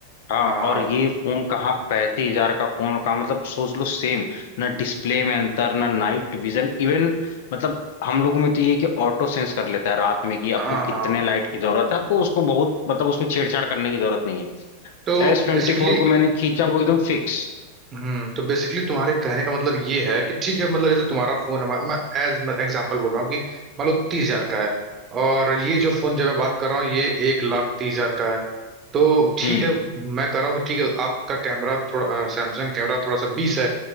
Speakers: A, on the left; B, on the right.
A: हाँ
B: हाँ
A: और ये फोन कहाँ पैंतीस हजार का फोन कहाँ मतलब सोच लो सेम ना डिस्प्ले में अंतर ना नाइट विजन इवन मतलब हम लोगों में तो ये है कि ऑटो सेंस कर लेता है रात में कि आपको
B: हाँ
A: कितने
B: हाँ
A: लाइट की जरूरत है आपको उसको बहुत मतलब उसमें छेड़छाड़ करने की जरूरत नहीं है
B: तो
A: एस ट्वेंटी
B: बेसिकली
A: फोर को मैंने खींचा वो एकदम फिक्स
B: हम्म तो बेसिकली तुम्हारे कहने का मतलब ये है कि ठीक है मतलब जैसे तुम्हारा फोन है मैं एज एग्जांपल बोल रहा हूँ कि मान लो तीस हजार का है और ये जो फोन जब मैं बात कर रहा हूँ ये एक लाख तीस हजार का है तो ठीक
A: हम्म
B: है मैं कह रहा हूँ कि ठीक है आपका कैमरा थोड़ा सैमसंग कैमरा थोड़ा सा बीस है